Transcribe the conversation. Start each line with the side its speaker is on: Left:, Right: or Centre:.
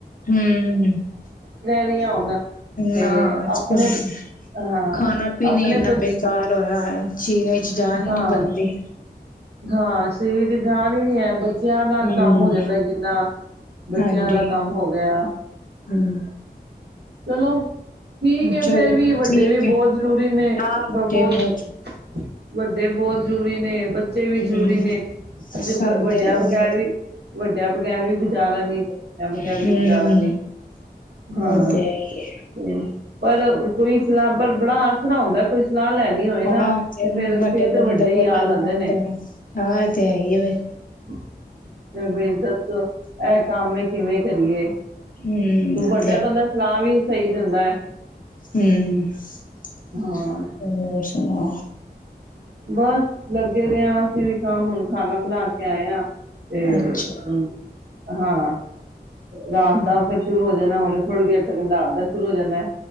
Left: ਹਮ
Right: ਰਹੀਆਂ ਹੁਣ ਤੇ
Left: ਨਾ ਅੱਜਕੱਲ
Right: ਆਪਣੇ ਹਾਂ
Left: ਖਾਣਾ ਪੀਣਾ
Right: ਆਪਣੇ
Left: ਇੰਨਾ
Right: ਬੱਚ
Left: ਬੇਕਾਰ ਹੋਇਆ ਹੈ ਚੀਨ ਚ ਜਾਨ ਹੀ
Right: ਹਾਂ
Left: ਨੀ ਬਣਦੀ
Right: ਹਾਂ ਸ ਤੇ ਜਾਣ ਹੀ ਨਹੀਂੀ ਹੈ ਬੱਚਿਆਂ
Left: ਹੂੰ।
Right: ਨਾਲ ਕੰਮ ਹੋ ਜਾਂਦਾ ਕਿੰਨਾ ਬੱਚਿਆਂ
Left: ਹਾਂਜੀ
Right: ਦਾ ਕੰਮ ਹੋ ਗਿਆ
Left: ਹੂੰ
Right: ਚਲੋ ਠੀਕ
Left: ਚਲੋ
Right: ਫੇਰ ਵੀ ਵੱਡੇ
Left: ਠੀਕ
Right: ਵੀ
Left: ਹੈ
Right: ਬਹੁਤ ਜ਼ਰੂਰੀ ਨੇ
Left: ਹਾਂ
Right: ਬ
Left: ਵੱਡੇ
Right: ਬਹੁਤ
Left: ਮੌਜ
Right: ਵੱਡ ੇ ਬਹੁਤ ਜ਼ਰੂਰੀ ਨੇ ਬੱਚੇ ਵੀ
Left: ਹੂੰ
Right: ਜਰੂਰੀ ਨੇ
Left: ਸਮਝਦੇ
Right: ਵੱਡਿਆਂ
Left: ਰਹਿੰਦੇ
Right: ਬਗੈਰ ਵੀ ਵੱਡਿਆਂ ਬਗ਼ੈਰ ਵੀ ਗੁਜ਼ਾਰਾ ਨੀ ਤੇ ਬੱਚਿਆਂ ਬਗੈਰ
Left: ਹਾਂ
Right: ਵੀ ਗੁਜ਼ਾਰਾ ਨੀ ਹਾਂ
Left: ਉਹ ਤੇ ਹੈ
Right: ਤੇ
Left: ਹੀ
Right: ਪਰ ਕੋਈ ਸਲਾਮ ਪਰ ਬੜਾ ਣਾ ਹਉਂਦਾ ਕੋਈ ਸਲਾਹ ਲੈਣੀ ਹੋਏ ਨਾ
Left: ਹਾਂ ਤੇ
Right: ਫਿਰ
Left: ਮਡੇ
Right: ਫਿਰ ਤੇ
Left: ਬੰਦ
Right: ਵੱਡੇ ਹੀ
Left: ਕੋ
Right: ਯਾਦ
Left: ਲ
Right: ਆਉਂਦੇ
Left: ਲਦਾ
Right: ਨੇ
Left: ਹਾਂ ਇ ਤੇ ਆਈਏਵੇ
Right: ਫ ਬੇਜਦਾ ਇਹ ਕੰਮ ਕਿਵੇਂ ਕਰੀਏ ਤ
Left: ਹੂੰ ਉਹ
Right: ਵੱਡਾ ਬੰਦਾ ਸਲਾਹ ਵੀ ਸਹੀ ਜਾਂਦਾ ਹੈ
Left: ਹਮ ਹੋ
Right: ਹਾਂ
Left: ਸੁਣਾ
Right: ਬੱਸ ਲੱਗੇ ਦੇ ਹਾਂ ਅਸੀਂ ਵੀ ਕੰਮ ਹੁਣ ਖਾਣਾ ਬਣਾ ਕੇ ਜਾਇ ਤੇ
Left: ਅੱਛਾ
Right: ਹ ਹਾਂ ਰਾਤ ਦਾ ਫਿਰ ਸ਼ੁਰੂ ਹੋ ਜਾਣਾ ਹੁਣ ਥੋੜ੍ਹੀ ਦੇਰ ਤੱਕ ਰਾਤ ਦਾ ਸ਼ੁਰੂ ਹੋ ਜਾਣਾ